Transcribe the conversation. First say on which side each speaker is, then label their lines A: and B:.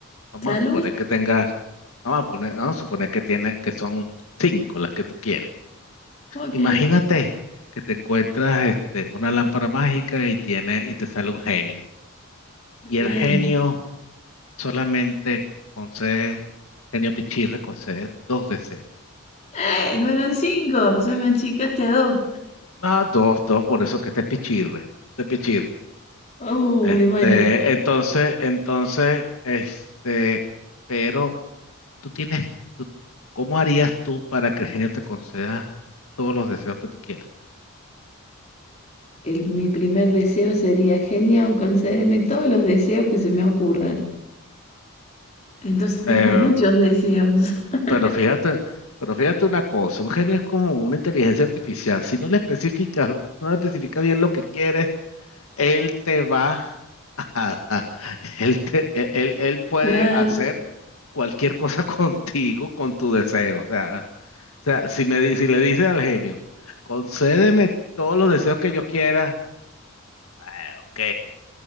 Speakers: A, on the left (about 75°); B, on the left (about 30°).
A: vamos
B: salud.
A: a suponer que tenga, vamos a poner, vamos a suponer que tiene, que son cinco las que tú quieres.
B: Ok,
A: Imagínate que te encuentras este, una lámpara mágica y tiene, y te sale un genio.
B: bien.
A: Y el genio solamente concede, genio pichirre concede dos deseos.
B: ¡Eh! No eran cinco. Ya me achicaste a dos.
A: Ah, dos, dos, por eso que este es pichirre, este es pichirre.
B: Uy,
A: Este,
B: bueno.
A: entonces, entonces, este, pero tú tienes, tú- ¿cómo harías tú para que el genio te conceda todos los deseos que tú quieras?
B: el- mi primer deseo sería, genio, concédeme todos los deseos que se me ocurran. Entonces tengo
A: Eh,
B: muchos deseos. <laughs>
A: pero fíjate, pero fíjate una cosa, un genio es como una inteligencia artificial. Si no le especificas, no le especifica bien lo que quieres, él te va a, <laughs> a- él te, él, él él puede
B: Me va a
A: hacer
B: dar,
A: cualquier cosa <laughs> contigo, con tu deseo. O sea, o sea, si me di- si le dices al genio, concédeme todos los deseos que yo quiera, ah, ok,